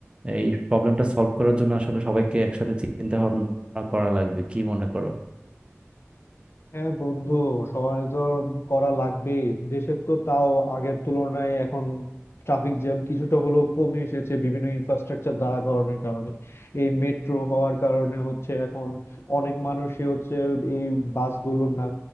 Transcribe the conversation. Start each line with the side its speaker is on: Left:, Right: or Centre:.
Right: এই প্রবলেমটা সলভ করার জন্য আসলে সবাইকে একসাথে চিন্তা ভাবনা করা লাগবে কি মনে করো
Left: হ্যাঁ বন্ধু সবার তো করা লাগবেই দেশের তো তাও আগের তুলনায় এখন ট্রাফিক জ্যাম কিছুটা হলেও কমে এসেছে বিভিন্ন ইনফ্রাস্ট্রাকচার দাঁড়া করানোর কারণে এই মেট্রো হওয়ার কারণে হচ্ছে এখন অনেক মানুষই হচ্ছে এই বাসগুলো না